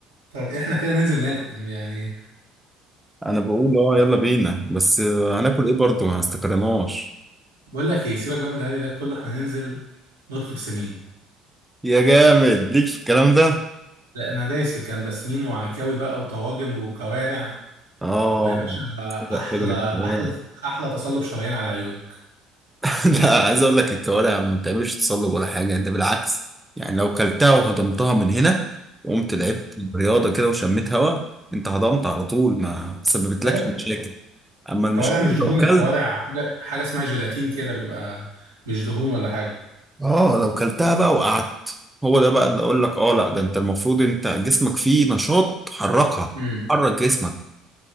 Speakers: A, on the right (about 85°); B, in the centre.
A: طب احنا كده ننزل ناكل يعني
B: انا بقول اه يلا بينا بس آه، هناكل ايه برضه ما استقرناش
A: بقول لك ايه سيبك بقى من الهري ده كله احنا ننزل نطلب سمين
B: يا جامد ليك في الكلام ده
A: لا انا دايس في الكلام ده سمين وعكاوي بقى وطواجن وكوارع
B: اه
A: ويا باشا
B: صدق
A: احلى
B: طب انا كمان.
A: احلى احلى تصلب شرايين على عيونك
B: <laughs> لا عايز اقول لك الكوارع ما بتعملش تصلب ولا حاجه انت بالعكس يعني لو كلتها وهضمتها من هنا وقمت لعبت رياضه كده وشميت هواء انت هضمت على طول ما سببتلكش
A: ايوه الك-
B: مشاكل اما
A: الكوارع
B: المشكله
A: مش دهون
B: لو كلت
A: الكوارع حاجه حاجه اسمها جيلاتين كده بيبقى مش دهون ولا حاجه
B: اه لو كلتها بقى وقعدت هو ده بقى اللي اقول لك اه لا ده انت المفروض انت جسمك فيه نشاط حركها
A: امم
B: حرك جسمك